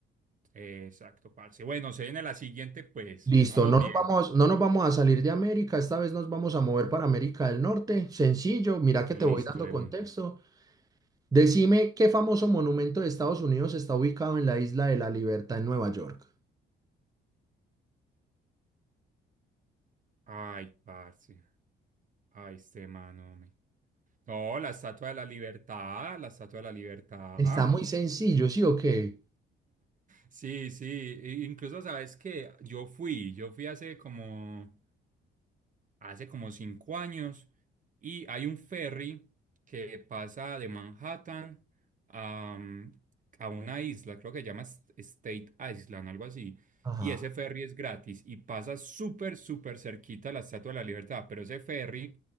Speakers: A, on the right; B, on the right.
A: Exacto, parce. Bueno, se viene la siguiente, pues.
B: Listo,
A: Vamos
B: no
A: bien.
B: nos vamos, no nos vamos a salir de América, esta vez nos vamos a mover para América del Norte. Sencillo, mira que te
A: Listo
B: voy dando
A: de
B: contexto.
A: una.
B: Decime qué famoso monumento de Estados Unidos está ubicado en la Isla de la Libertad en Nueva York.
A: Ay, parce. Ay, este mano. hombre. No, la Estatua de la Libertad, la Estatua de la Libertad.
B: Está muy sencillo, ¿sí o qué?
A: Sí, sí. e- Incluso, ¿sabes que Yo fui, yo fui hace como, hace como cinco años y hay un ferry que pasa de Manhattan a, mm, a una isla, creo que se llama S- State Island, algo así.
B: Ajá.
A: Y ese ferry es gratis y pasa súper, súper cerquita a la Estatua de la Libertad, pero ese ferry